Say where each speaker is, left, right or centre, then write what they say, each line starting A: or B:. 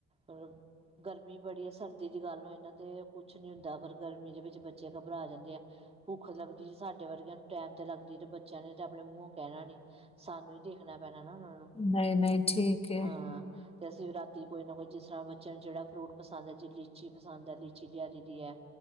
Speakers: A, on the right; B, on the left.
A: ਮਤਲਬ ਗਰਮੀ ਬੜੀ ਹੈ। ਸਰਦੀ ਦੀ ਗੱਲ ਹੋਏ ਨਾ ਤੇ ਕੁਛ ਨੀ ਹੁੰਦਾ। ਪਰ ਗਰਮੀ ਦੇ ਵਿੱਚ ਬੱਚੇ ਘਬਰਾ ਜਾਂਦੇ ਆ। ਭੁੱਖ ਲੱਗਦੀ। ਸਾਡੇ ਵਰਗਿਆਂ ਨੂੰ ਟੈਮ ਤੇ ਲੱਗਦੀ। ਤੇ ਬੱਚਿਆਂ ਨੇ ਤੇ ਆਪਣੇ ਮੂੰਹ ਕਹਿਣਾ ਨੀ। ਸਾਨੂੰ ਹੀ ਦੇਖਣਾ ਪੈਣਾ ਨਾ, ਉਹਨਾਂ ਨੂੰ।
B: ਨਹੀਂ- ਨਹੀਂ ਠੀਕ ਹੈ।
A: ਹਾਂ ਤੇ ਅਸੀਂ ਵੀ ਰਾਤੀ ਕੋਈ ਨਾ ਕੋਈ ਜਿਸ ਤਰਾਂ ਬ ਚਿਹੜਾ ਫਰੂਟ ਪਸੰਦ ਹੈ, ਜੇ ਲੀਚੀ ਪਸੰਦ ਹੈ ਲੀਚੀ ਲਿਆ ਦੀ ਦੀ ਹੈ।